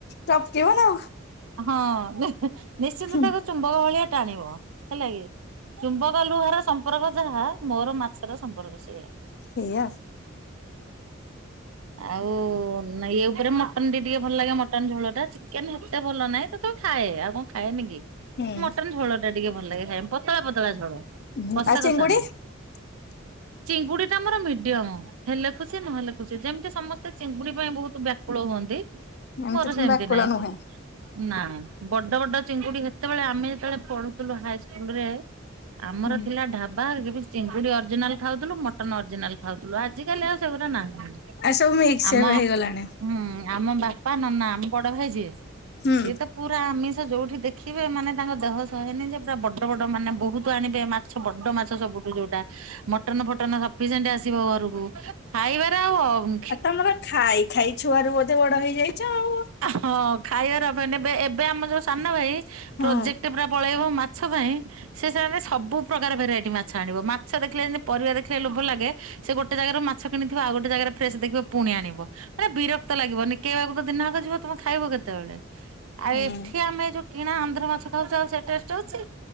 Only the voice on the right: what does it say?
ହଁ ନିଶ୍ଚିନ୍ତ
ତାକୁ ଚୁମ୍ବକ ଭଳିଆ ଟାଣିବ ହେଲା କି ଚୁମ୍ବକ ଲୁହାର ସମ୍ପର୍କ ଯାହା। ମୋର ମାଛର ସମ୍ପର୍କ ସେଇଆ।
ଆଉ ନା ଏ ଉପରେ ମ ତମ ଦିଦିକି ଭଲ ଲାଗେ ମଟନ୍ ଝୋଳ ଟା ଚିକେନ ଏତେ ଭଲ ନାହିଁ ତଥାପି ଖାଏ ଆଉ କଣ ଖାଏନି କି।
ମଟନ୍ ଝୋଳ ଟା ଟିକେ ଭଲ ଲାଗେ। ଖାଇ ପତଳା ପତଳା ଝୋଳ
କଷା
କଷା ନୁହଁ।
ଚିଙ୍ଗୁଡି ଟା ଆମର ମିଡିୟମ। ହେଲେ ଖୁସି ନହେଲେ ଖୁସି। ଯେମିତି ସମସ୍ତେ ଚିଙ୍ଗୁଡି ପାଇଁ ବହୁତ ବ୍ୟାକୁଳ ହୁଅନ୍ତି।
ମୋର
ସେମତି
ନାଇଁ
ଯେ। ନା ବଡ ବଡ ଚିଙ୍ଗୁଡି ସେତେବେଳେ ଆମେ ଯେତେବେଳେ ପଢୁଥିଲୁ ହାଇସ୍କୁଲ ରେ ଆମର
ଥିଲା ଢାବା କେବେ ଚିଙ୍ଗୁଡି ଅରିଜିନାଲ ଖାଉଥିଲୁ ମଟନ ଅରିଜିନାଲ୍ ଖାଉଥିଲୁ ଆଜିିକାଲି ଆଉ ସେଗୁରା ନାହିଁ।
ଆମ
ହୁଁ, ଆମ ବାପା ନନା ଆମ ବଡ ଭାଇ ଯିଏ
ସିଏ ତ ପୁରା ଆମିଷ ଯୋଉଠି ଦେଖ ଖିବେ ମାନେ ତାଙ୍କ ଦହ ସହେନି ଯେ ପୁରା ବଡ ବଡ ମାନେ ବହୁତ ଆଣିବେ ମାଛ ବଡ ମାଛ ସବୁଠୁ ଯୋଉଟା ମଟନ ଫଟନ ସଫିସିଏଣ୍ଟ ଆସିବ ଘରକୁ ଖାଇବାରେ ଆଉ ଅନ୍
ହଁ, ଖାଇବାର ଅଭାବ ନାଇ। ଏବେ ଏବେ ଆମ ଯୋଉ ସାନ ଭାଇ
ପ୍ରୋଜେକ୍ଟ ପୁରା ପଳେଇବ ମା ମାଛ ପାଇଁ ସେ ସେ ସବୁ ପ୍ରକାର ଭେରାଇଟି ମାଛ ଆଣିବ। ମାଛ ଦେଖିଲେ ଯେମତି ପରିବା ଦେଖିଲେ ଲୋଭ ଲାଗେ। ସେ ଗୋଟେ ଜାଗାରୁ ମାଛ କିଣିଥିବ। ଆଉ ଗୋଟେ ଜାଗାରେ ଫ୍ରେଶସ ଦେଖିବ ପୁଣି ଆଣିବ। ମାନେ ବିରକ୍ତ ଲାଗିବ। ନିକେଇବାକୁ ତ ଦିନଆକ ଯିବ ତମେ ଖାଇବ କେତବେଳେ? ଆଉ
ଏଠି ଆମେ ଯୋଉ କିଣା ଆନ୍ଧ୍ର ମାଛ ଖାଉଚେ ଆଉ ସେ ଟେଷ୍ଟ୍ ଅଛି।